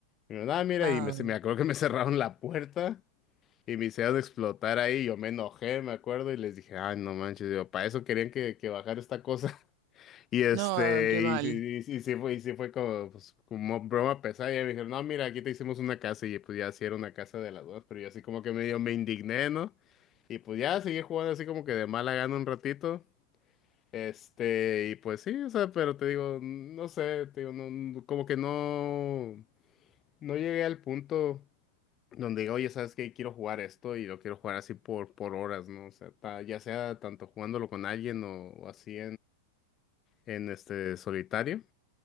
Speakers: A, on the left (about 30°); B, on the right (about 45°).
A: Y me ah, mira,
B: Ah,
A: y me, se- me acuerdo que me <laughs> cerraron la puerta. Y me hicieron explotar ahí, yo me enojé, me acuerdo, y les dije, ay, no manches, digo, para eso querían que, que bajara esta cosa. Y este,
B: no, qué mal,
A: y, sí y sí- sí fue, y sí fue como, pues, como broma pesada. Y me dijeron, no, mira, aquí te hicimos una casa. Y pues ya sí era una casa de las dos, pero yo así como que medio me indigné, ¿no? Y pues ya seguí jugando así como que de mala gana un ratito. Este, y pues sí, o sea, pero te digo, no sé, te digo, no, no- como que no, no llegué al punto donde digo, oye, ¿sabes qué? Quiero jugar esto y lo quiero jugar así por, por horas, ¿no? O sea, ta- ya sea tanto jugándolo con alguien o, o así en este solitario.